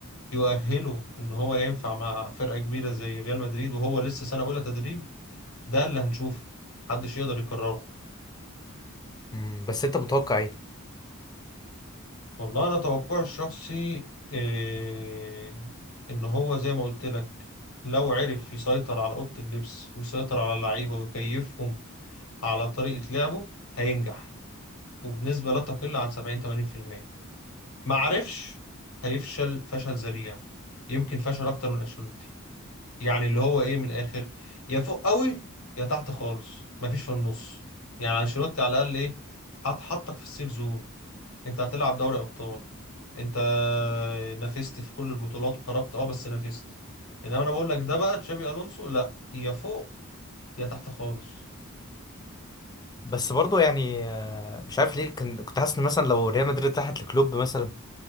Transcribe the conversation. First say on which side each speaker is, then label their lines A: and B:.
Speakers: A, on the left; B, on the left.
A: يؤهله إن هو ينفع مع فرقة كبيرة زي ريال مدريد وهو لسه سنة أولى تدريب ده اللي هنشوفه محدش يقدر يكرره
B: مم، بس انت متوقع ايه
A: والله أنا توقعي الشخصي إيه إن هو زي ما قلت لك لو عرف يسيطر على أوضة اللبس ويسيطر على اللعيبة ويكيفهم على طريقة لعبه هينجح وبنسبة لا تقل عن 70 80% ما عرفش هيفشل فشل ذريع يمكن فشل اكتر من انشيلوتي يعني اللي هو ايه من الاخر يا فوق قوي يا تحت خالص مفيش في النص يعني انشيلوتي على الاقل ايه حط حطك في السيف زون انت هتلعب دوري ابطال انت نافست في كل البطولات وخرجت اه بس نافست انما انا بقول لك ده بقى تشابي الونسو لا يا فوق يا تحت خالص
B: بس برضه يعني آه، مش عارف ليه كان كنت حاسس ان مثلا لو ريال مدريد راحت لكلوب مثلا